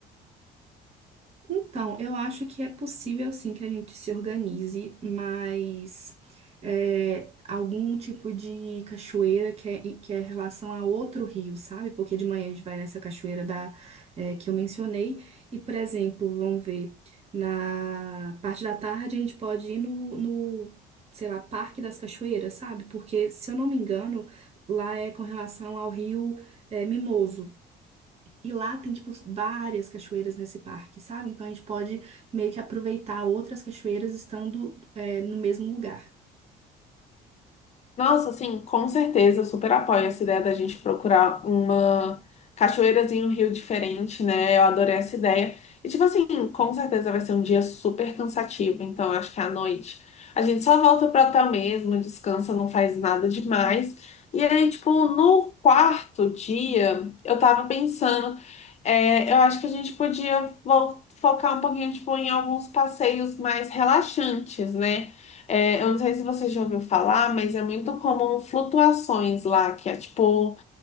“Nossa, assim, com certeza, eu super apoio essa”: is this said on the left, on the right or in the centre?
Left